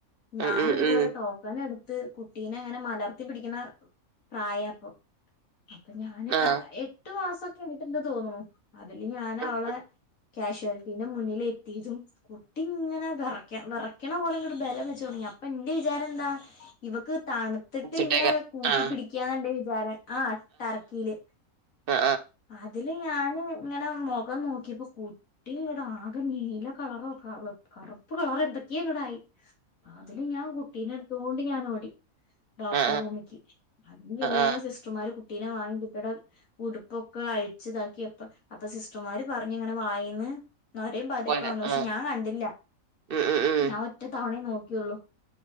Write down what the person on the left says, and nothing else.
ഞാന്
ഇതുപോലെ
ടോക്കൺ എടു ത്ത് കുട്ടീനേങ്ങനെ മലർത്തി പിടിക്കുന്ന പ്രായാ അപ്പോ അപ്പ ഞാന്
ആഹ് എട്ടു മാസൊക്കെ ആയിട്ട്ണ്ട് തോന്നണു. അതില് ഞാനവളെ
കാഷ്വാലിറ്റീന്റെ മുന്നിൽ എത്തിതും കുട്ടി ഇങ്ങനെ വെറയ്‌ക്ക വെറക്കണ പോലെ ഇങ്ങ്ട് ബലം വെച്ചു തൊടങ്ങി. അപ്പ ന്റെ വിചാരെന്താ? ഇവക്ക് തണ് ത്തിട്ട്ന്നെ
കൂട്ടി
പിടിക്കാന്നാന്റെ വിചാരം. ആ ടർക്കില്
അതില് ഞാന് ഇങ്ങനെ മാെഖം നോക്കിയപ്പാെ കുട്ടിങ്ങ്ട് ആ കെ നീല കളറോ കറപ് കറുപ്പ് കളറെ എന്തക്കേങ്ങ്ടായി അതില് ഞാൻ കുട്ടീനെട് ത്തോണ്ട് ഞാൻ ഓടി ഡോക്ടറെ
റൂമിക്ക് അതില് വേഗം
സിസ് ട്റ്മാര് കുട്ടീനെ വാങ്ങി കുട്ടിടെ ഉടുപ്പൊക്കെ അഴിച്ച്താക്കിയെപ്പൊ അപ്പൊ സിസ്ട്റ്മാര് പറഞ്ഞ് ഇങ്ങനെ വായേന്ന് നൊരേം പതെക്കെ
വന്നു പക്ഷെ
ഞാൻ കണ്ടില്ല
ഞാൻ ഒറ്റത്തവണേ നോക്കിയൊള്ളു